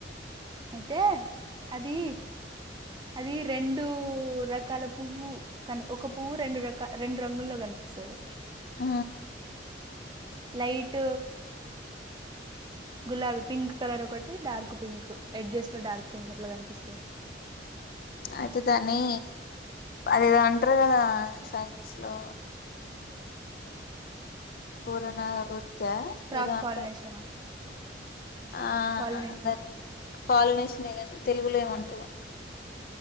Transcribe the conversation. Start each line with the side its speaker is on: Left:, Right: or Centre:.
Right: అయితే అది అది రెం డు రకాల పువ్వు కన్ ఒక పువ్వు రెండు రకా రెండు రంగుల్లో కనిపిస్సది
Left: ఆ
Right: లైట్ గులాబీ పింక్ కలర్ ఒకటి డార్క్ పింక్ ఎడ్జస్ లో డార్క్ పింక్ అట్లా కనిపిస్సది.
Left: అయితే దాన్ని అదేదో అంట్ర గదా సైన్స్లో పూరణ ఋత్ త్యా
Right: క్రాస్
Left: ఏదో అంటా
Right: పాలినేషన్
Left: ఆ
Right: పాలినేషన్
Left: దర్ పాలనేషినే గాని తెలుగులో ఏమంట్రు